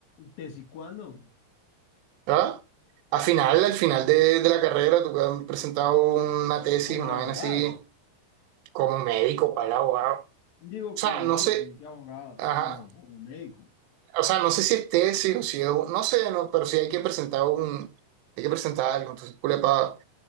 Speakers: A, on the left; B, on the right.
A: ¿Tesis cuándo?
B: ¿verdad? Al final, al final de, de la carrera, tú has presentado una tesis,
A: Como
B: una
A: abogado.
B: vaina así, como médico, para el abogado. O
A: Digo,
B: sea,
A: como médico,
B: no sé,
A: yo que abogado,
B: ajá.
A: como, como médico.
B: O sea, no sé si es tesis o si es, un- no sé, no, pero sí hay que presentar un, hay que presentar algo, entonces culepa.